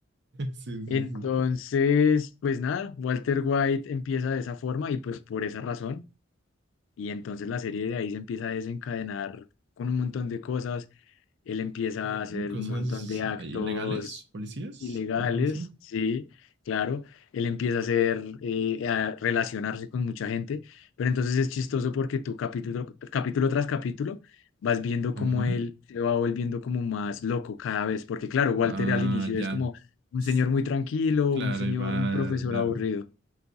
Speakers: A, on the right; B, on the left.
A: Sí, sí,
B: Entonces,
A: sí.
B: pues nada, Walter White empieza de esa forma y pues por esa razón y entonces la serie de ahí se empieza a desencadenar con un montón de cosas. Él empieza
A: Mm,
B: a hacer
A: Cosas
B: un montón de actos
A: ahí ilegales, policías,
B: ilegales,
A: hay policía.
B: sí, claro. Él empieza a hacer, eh, a relacionarse con mucha gente. Pero entonces es chistoso porque tú capítulo, capítulo tras capítulo vas viendo
A: Ajá.
B: cómo él se va volviendo como más loco cada vez. Porque claro, Walter
A: Ah,
B: al inicio
A: ya.
B: es como un
A: Tss,
B: señor muy tranquilo,
A: Claro,
B: un señor,
A: y va
B: un profesor
A: la,
B: aburrido.